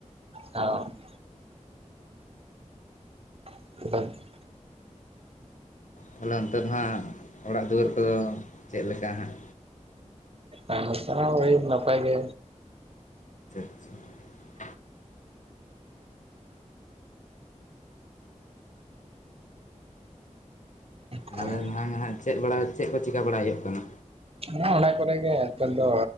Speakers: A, on the right (about 50°); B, on the left (about 75°).
A: ᱚ <unintelligible>
B: ᱛᱟᱦᱚᱞᱮ ᱚᱱᱛᱮ ᱫᱚ ᱦᱟᱸᱜ ᱚᱲᱟᱜ ᱫᱩᱣᱟᱹᱨ ᱠᱚ ᱪᱮᱫ ᱞᱮᱠᱟ ᱦᱟᱸᱜ
A: ᱟᱭᱢᱟ ᱥᱟᱨᱦᱟᱣ ᱳᱭ ᱱᱟᱯᱟᱭ ᱜᱮ
B: ᱟᱪᱷᱟ ᱪᱟ
A: ᱦᱮᱸ
B: ᱢᱟᱱᱮ ᱱᱚᱣᱟ ᱱᱟᱦᱟᱸᱜ ᱪᱮᱫ ᱵᱟᱲᱟ ᱪᱮᱫ ᱠᱚ ᱪᱤᱠᱟᱹ ᱵᱟᱲᱟᱭ ᱦᱩᱭᱩᱜ ᱠᱟᱱᱟ
A: ᱱᱚ ᱚᱲᱟᱜ ᱠᱚᱨᱮ ᱜᱮ ᱱᱮᱛᱟᱨ ᱫᱚ